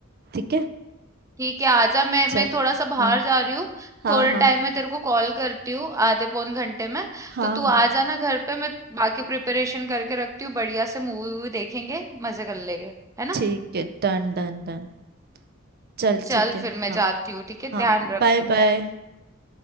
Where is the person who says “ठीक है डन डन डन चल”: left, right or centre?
Right